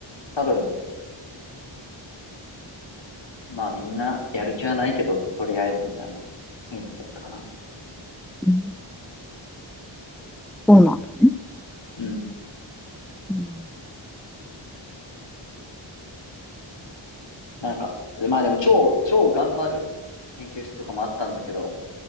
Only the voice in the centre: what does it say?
うんそうなんだね。
うん